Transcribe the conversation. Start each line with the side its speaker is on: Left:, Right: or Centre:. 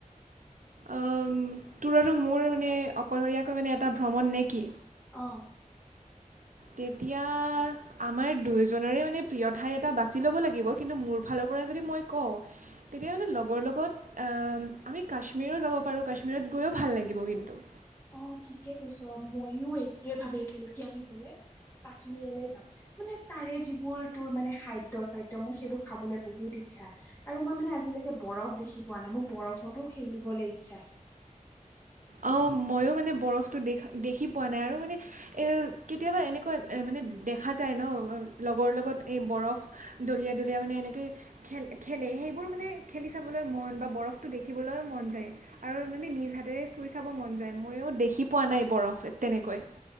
Right: অ উম তোৰ আৰু মোৰ মানে অকলশৰীয়াকৈ মানে এটা ভ্ৰমণ নে কি
Left: অ
Right: তেতিয়াহ আমাৰ দুয়োজনৰে মানে প্ৰিয় ঠাই এটা বাছি ল'ব লাগিব কিন্তু মোৰ ফালৰ পৰা যদি মই কওঁ তেতিয়াহলে লগৰ লগত আ ম আমি কাশ্মীৰো যাব পাৰোঁ কাশ্মীৰত গৈও ভাল লাগিব কিন্তু
Left: অ ঠিকে কৈছ মইয়ো এইটোৱে ভাবি আছিলো কি আমি গলে কাশ্মীৰলে যাম মানে তাৰে যিবোৰ তোৰ মানে খাদ্য চাদ্য মোৰ সেইবোৰ খাবলে বহুত ইচ্ছা আৰু মই মানে আজিলৈকে বৰফ দেখি পোৱা নাই মোক বৰফতো খেলিবলে ইচ্ছা
Right: অঁ ময়ো মানে বৰফটো দেখা দেখি পোৱা নাই আৰু মানে এ কেতিয়াবা এনেকুৱা এ মানে দেখা যায় ন লগৰ লগত এই বৰফ দলীয়াই দলীয়াই মানে এনেকেই খেল খেলে সেইবোৰ মানে খেলি চাবলৈ মন বা বৰফটো দেখিবলৈ মন যায় আৰু মানে নিজ হাতেৰে চুই চাব মন যায় ময়ো দেখি পোৱা নাই বৰফ তেনেকৈ